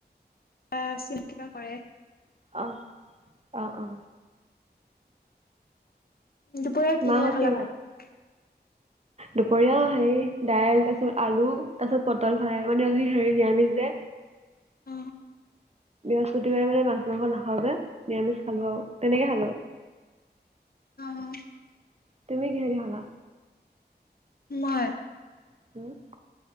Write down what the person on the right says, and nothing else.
অহ, অ', অ।
মাহঁত
দুপৰীয়াও হেৰি দাইল, তাৰ পিছত আলু, তাৰ পিছত পটল ফ্ৰাই মানে আজি হেৰি নিৰামিষ যে।
বৃহস্পতিবাৰে মানে মাছ-মাংস নাখাওঁ যে, নিৰামিষ খালো আৰু, তেনেকেই খালো।
তুমি, কিহেদি খালা?
<inaudible>